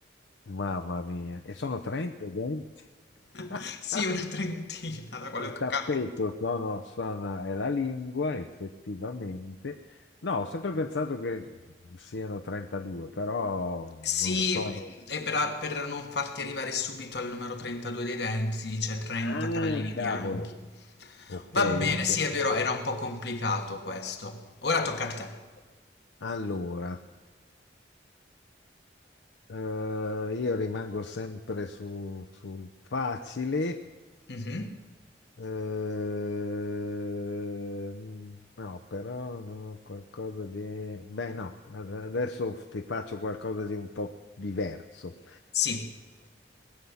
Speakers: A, on the left; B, on the left.
A: Mamma mia. E sono 30 denti.
B: <laughs>
A: <laughs>
B: Sì, una trentina da quello
A: Il
B: che
A: tappeto,
B: ho capito.
A: no, no, sono- è la lingua, effettivamente. No, ho sempre pensato che siano 32, però
B: Sì,
A: non sono...
B: e per, per non farti arrivare subito al numero 32 dei denti, dice 30
A: Ah,
B: cavallini
A: cavolo.
B: bianchi.
A: Ok,
B: Va bene,
A: ok.
B: sì, è vero, era un po' complicato questo. Ora tocca a te.
A: Allora. Eh, io rimango sempre su, sul facile.
B: Mhm,
A: Eh, no, però no, qualcosa di... Beh, no, ad- adesso ti faccio qualcosa di un po' diverso.
B: Sì.